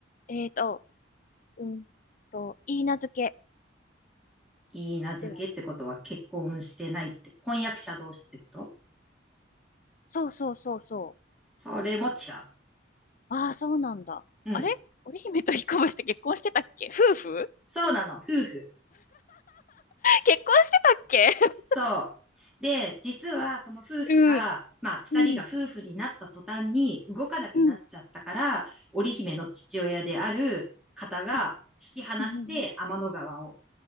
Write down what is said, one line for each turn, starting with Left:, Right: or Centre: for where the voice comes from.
Left: えーっと、うんと、いいなずけ
Centre: いい名付けってことは結婚してないって、
Left: では
Centre: 婚約者同士ってこと
Left: そうそうそうそう。
Centre: それも違
Left: ああ、そうなんだ。
Centre: う。うん。
Left: あれ織姫と彦星って結婚してたっけ夫婦
Centre: そうなの、夫婦。
Left: 結婚してたっけ
Centre: そう。で、実はその夫婦が、
Left: うん。
Centre: まあ、二人が夫婦になった途端に動かなくなっちゃったから、
Left: <laughs> うん。うん。
Centre: 織姫の父親である方が引き離して天の川を、
Left: うん。うん。うん